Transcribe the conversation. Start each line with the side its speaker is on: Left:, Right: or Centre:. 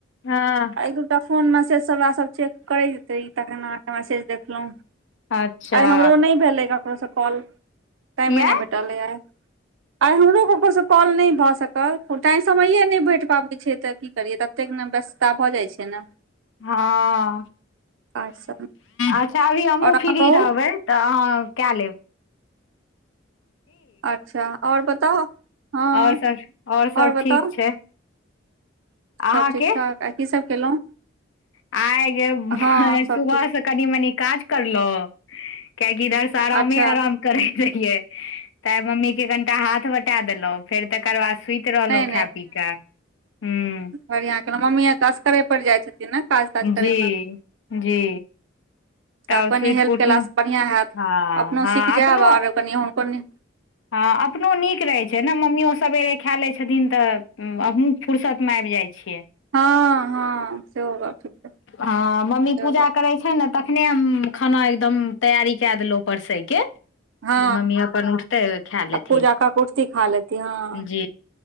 Left: हँ
Right: एक दूटा फोन मैसेज सबास सभ चेक करै हेते ई तखन अहाँकेँ मैसेज देखलो
Left: अच्छा
Right: आइ हमरो नहि भेलै ककरोसँ कॉल टाइमे
Left: किया
Right: ने भेटलै आइ आई हमरो ककरोसँ कॉल नहि भऽ सकल टाईम समयए नहि भेट पाबै छै तऽ क करियै ततेक ने व्यस्तता भऽ जाइ छै ने
Left: हँ
Right: काज सब
Left: अच्छा अभी हमहूँ
Right: आओर अहाँ
Left: फ्री
Right: कहू
Left: रहबै त अहाँ कए लेब
Right: अच्छा आओर बताउ हँ
Left: आओर सब आओर सब
Right: और बताउ
Left: ठीक छै अहाँके
Right: सब ठीक ठाक आ की सभ केलहुँ
Left: आइ
Right: हँ
Left: सुबह
Right: सब ठीक
Left: से कनि मनी काज करलहु कियैकि दर्श त आरमे
Right: अच्छा
Left: आराम करैत रहियै तेँ मम्मी केँ कनिटा हाथ बटा देलौन्ह फेर तकर बाद सुति रहलहुँ
Right: नहि
Left: खा पी केँ हूँ
Right: बढ़िया केेलो मम्मी आर त असकरे पर जाय छथिन ने काज ताज करयमे
Left: जी जी तब
Right: तऽ कनि
Left: सुति
Right: हेल्प
Left: कऽ उठलहुँ
Right: केलासँ बढ़िआँ हैत
Left: हँ
Right: अपनो
Left: हँ
Right: सीख जायब
Left: अपनो
Right: <unintelligible>
Left: हँ अपनो नीक रहैत छै ने मम्मीयो सवेरे खाय लै छथिन तऽ हमहूँ फुरसत मे आब जाइ छियै
Right: हँ हँ सेहो गप ठीक छै
Left: ह मम्मी
Right: सेहो
Left: पूजा
Right: गप
Left: करै छै ने त अपने हम खाना एकदम तैयारी कए देलहुँं परसे केँ
Right: हँ
Left: मम्मी अपन उठ तऽ खा लेथिन
Right: आ पूजा काकऽ कुर्ती खा लेती हँ
Left: जी